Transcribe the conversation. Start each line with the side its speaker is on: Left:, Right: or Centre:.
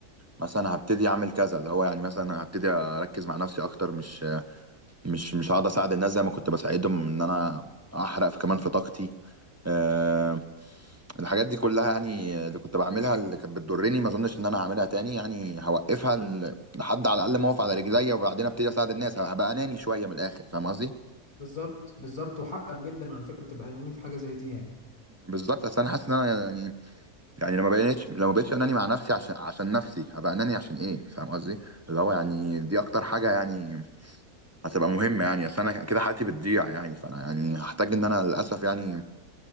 Right: مثلا هبتدي اعمل كذا اللي هو يعني مثلا هبتدي اركز مع نفسي اكتر مش مش مش هقعد اساعد الناس زي ما كنت بساعدهم ان انا احرق في كمان في طاقتي أه الحاجات دي كلها يعني اللي كنت بعملها اللي كانت بتضرني ما اظنش ان انا هعملها تاني يعني هوقفها ل- لحد على الاقل ما اقف على رجليا وبعدين ابتدي اساعد الناس هبقى اناني شويه من الاخر فاهم قصدي
Left: بالظبط بالظبط وحقك جدا على فكرة تبقى اناني في حاجة زي دي يعني
Right: بالظبط اصل انا حاسس ان انا يعني يعني لما بقيتش لما بقيتش اناني مع نفسي عشان عشان نفسي هبقى اناني عشان ايه فاهم قصدي اللي هو يعني دي اكتر حاجه يعني هتبقى مهمه يعني اصل انا كده حياتي بتضيع يعني فانا يعني هحتاج ان انا للاسف يعني